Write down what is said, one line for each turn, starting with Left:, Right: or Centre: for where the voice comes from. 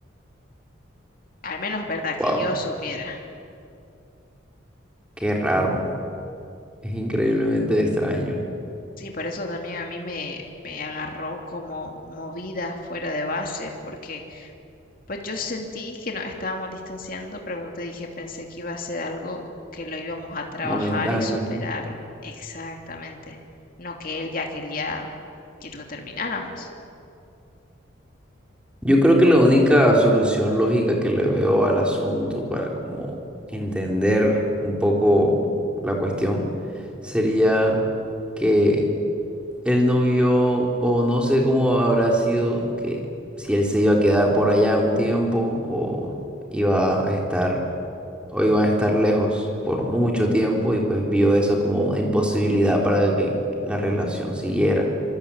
Left: Al menos, verdad, que
Centre: Wow,
Left: yo supiera.
Centre: qué raro. Es increíblemente extraño,
Left: Sí, por eso también a mí me, me agarró como movida fuera de base, porque Pues yo sentí que nos estábamos distanciando, pero como te dije, pensé que iba a ser algo que lo íbamos a trabajar
Centre: momentáneo.
Left: y superarlo. Exactamente. No que él ya quería que lo termináramos.
Centre: Yo creo que la única solución lógica que le veo al asunto para como entender un poco la cuestión sería que Él no vio, o no sé cómo habrá sido, que si él se iba a quedar por allá un tiempo, o iba a estar, o iban a estar lejos por mucho tiempo, y pues vio eso como una imposibilidad para que la relación siguiera.